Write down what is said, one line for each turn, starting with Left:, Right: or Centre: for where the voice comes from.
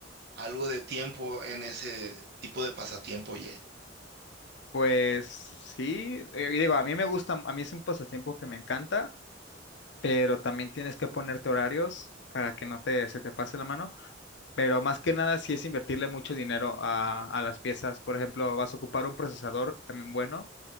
Right: algo de tiempo en ese tipo de pasatiempo, oye.
Left: Pues sí, eh, y digo, a mí me gusta, a mí es un pasatiempo que me encanta, pero también tienes que ponerte horarios para que no te, se te pase la mano. Pero más que nada, sí es invertirle mucho dinero a, a las piezas. Por ejemplo, vas a ocupar un procesador también bueno.